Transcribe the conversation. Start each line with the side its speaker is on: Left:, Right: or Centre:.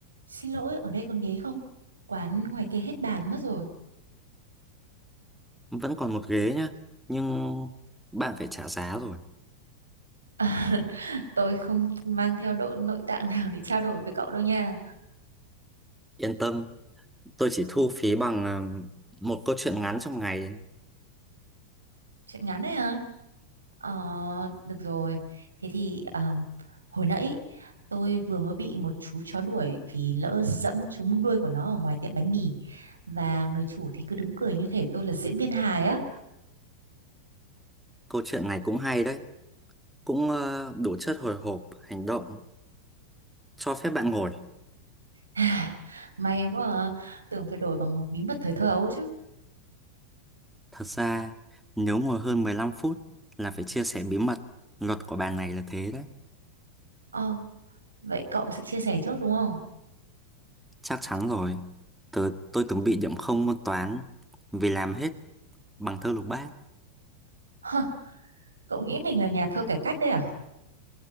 Right: Xin lỗi, ở đây còn ghế không? Quán ngoài kia hết bàn mất rồi.
Centre: vẫn còn một ghế nhá nhưng bạn phải trả giá rồi
Right: <laughs> tôi không mang theo độ nội tạng nào để trao đổi với cậu đâu nha.
Centre: yên tâm tôi chỉ thu phí bằng à, một câu chuyện ngắn trong ngày
Right: Chuyện ngắn đấy hả? Ờ, được rồi. Thế thì ờ, hồi nãy tôi vừa mới bị một chú chó đuổi vì lỡ dẫm trúng đuôi của nó ở ngoài tiệm bánh mì. Và người chủ thì cứ đứng cười như thể tôi là diễn viên hài á.
Centre: câu chuyện này cũng hay đấy cũng ờ, đủ chất hồi hộp hành động cho phép bạn ngồi
Right: <laughs> <sighs> May quá à. Tưởng phải đổi bằng một bí mật thời thơ ấu chứ.
Centre: thật ra nếu ngồi hơn 15 phút là phải chia sẻ bí mật luật của bàn này là thế đấy
Right: Ờ, vậy cậu sẽ chia sẻ trước đúng không?
Centre: chắc chắn rồi tớ, tôi từng bị điểm không môn toán vì làm hết bằng thơ lục bát
Right: <laughs> cậu nghĩ mình là nhà thơ cải cách đấy à